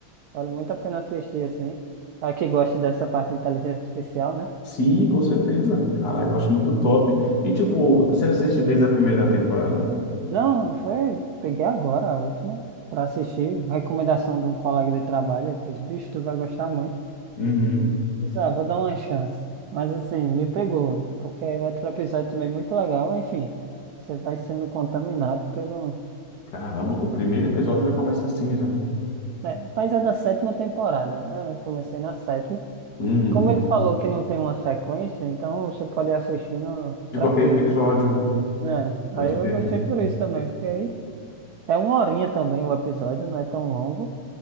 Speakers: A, on the right; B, on the left.
A: vale muito a pena assistir, assim. A que gosta dessa parte de inteligência artificial, né?
B: Sim, com certeza. Caraca, eu acho muito top. E, tipo, você assistiu desde a primeira temporada?
A: Não, foi. Peguei agora a última para assistir. Recomendação de um colega de trabalho. Ele fez, bicho, tu vai gostar muito.
B: Uhum.
A: Disse, ah, vou dar uma chance. Mas assim, me pegou, porque o outro episódio também é muito legal. Enfim, você vai sendo contaminado pelo.
B: Caramba, o primeiro episódio já começa assim, já.
A: né, mas é da sétima temporada, né? Eu comecei na sétima.
B: Uhum.
A: Como ele falou que não tem uma sequência, então você pode assistir no...
B: De
A: tranquilo,
B: qualquer episódio.
A: né? É,
B: Pode
A: aí eu
B: ver,
A: gostei
B: faz sentido.
A: por isso também, porque aí é uma horinha também o episódio, não é tão longo.